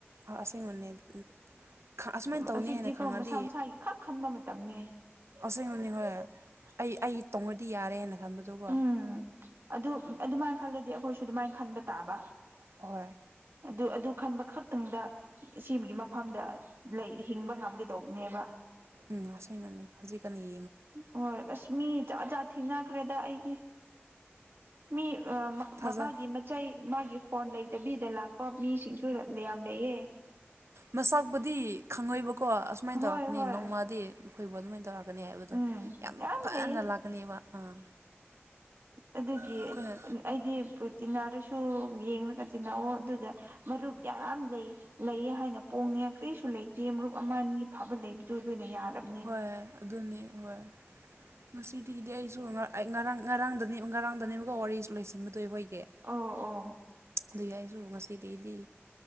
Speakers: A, on the right; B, on the right.
A: ꯑꯥ ꯑꯁꯦꯡꯕꯅꯦ <unintelligible> ꯑꯁꯨꯃꯥꯏꯅ ꯇꯧꯅꯤ
B: ꯍꯧꯖꯤꯛꯇꯤꯀꯣ
A: ꯍꯥꯏꯅ ꯈꯪꯉꯗꯤ
B: ꯃꯁꯥ ꯃꯁꯥꯒꯤ ꯈꯛ ꯈꯟꯕ ꯃꯇꯝꯅꯦ
A: ꯑꯁꯦꯡꯕꯅꯦ ꯍꯣꯏ ꯑꯩ ꯑꯩ ꯇꯣꯡꯉꯗꯤ ꯌꯥꯔꯦꯅ ꯊꯝꯕꯗꯨꯀꯣ
B: ꯎꯝ ꯑꯗꯨ ꯑꯗꯨꯃꯥꯏꯅ ꯈꯜꯂꯗꯤ ꯑꯩꯈꯣꯏꯁꯨ ꯑꯗꯨꯃꯥꯏꯅ ꯈꯟꯕ ꯇꯥꯕ
A: ꯍꯣꯏ
B: ꯑꯗꯨ ꯑꯗꯨ ꯈꯟꯕ ꯈꯛꯇꯪꯗ ꯑꯁꯦꯝꯒꯤ ꯃꯐꯝꯗ ꯂꯩ ꯍꯤꯡꯕ ꯉꯝꯒꯗꯧꯕꯅꯦꯕ
A: ꯎꯝ ꯑꯁꯦꯡꯕꯅꯦ ꯍꯧꯖꯤꯛꯀꯥꯟ ꯌꯦ
B: ꯍꯣꯏ ꯑꯁ ꯃꯤ ꯖꯥꯠ ꯖꯥꯠ ꯊꯦꯡꯅꯈ꯭ꯔꯦꯗ ꯑꯩꯗꯤ ꯃꯤ ꯑꯥ
A: ꯊꯥꯖ
B: ꯃꯥꯒꯤ ꯃ ꯆꯩ ꯃꯥꯒꯤ ꯍꯣꯟ ꯂꯩꯇꯕꯤꯗ ꯂꯥꯛꯄ ꯃꯤꯁꯤꯡꯁꯨ ꯌꯥꯝ ꯂꯩꯌꯦ
A: ꯃꯁꯥꯛꯄꯨꯗꯤ ꯈꯪꯉꯣꯏꯕꯀꯣ ꯑꯁꯨꯃꯥꯏꯅ
B: ꯍꯣꯏ
A: ꯇꯧꯔꯛꯀꯅꯤ
B: ꯍꯣꯏ
A: ꯅꯣꯡꯃꯗꯤ ꯃꯈꯣꯏꯕꯨ ꯑꯗꯨꯃꯥꯏꯅ ꯇꯧꯔꯛ ꯂꯥꯛꯀꯅꯤ ꯍꯥꯏꯕꯗꯣ
B: ꯎꯝ
A: ꯌꯥꯝ ꯐꯅ
B: ꯂꯩꯌꯦ
A: ꯂꯥꯛꯀꯅꯦꯕ ꯑꯥ
B: ꯑꯗꯨꯒꯤ
A: ꯑꯩꯈꯣꯏꯅ
B: ꯑꯩꯗꯤ ꯇꯤꯟꯅꯥꯔꯁꯨ ꯌꯦꯡꯉꯒ ꯇꯤꯟꯅꯋꯣ ꯑꯗꯨꯒ ꯃꯔꯨꯞ ꯌꯥꯝ ꯂꯩ ꯂꯩꯌꯦ ꯍꯥꯏꯅ ꯄꯣꯡꯅꯤꯡꯉꯥꯏ ꯀꯔꯤꯁꯨ ꯂꯩꯇꯦ ꯃꯔꯨꯞ ꯑꯃ ꯑꯅꯤ ꯐꯕ ꯂꯩꯕꯗꯨ ꯑꯗꯨꯅ ꯌꯥꯔꯕ
A: ꯍꯣꯏ ꯑꯗꯨꯅꯦ ꯍꯣꯏ ꯉꯁꯤꯗꯒꯤꯗꯤ ꯑꯩꯁꯨ ꯉꯔꯥꯡ ꯉꯔꯥꯡ ꯉꯔꯥꯡꯗꯅꯦ ꯉꯔꯥꯡꯗꯅꯦꯕꯒꯣ ꯋꯥꯔꯤꯁꯨ ꯂꯩꯁꯤꯟꯕꯗꯣ ꯑꯍꯣꯏꯒꯤ
B: ꯑꯣ ꯑꯣ
A: ꯑꯗꯨꯒꯤ ꯑꯩꯁꯨ ꯉꯁꯤꯗꯒꯤꯗꯤ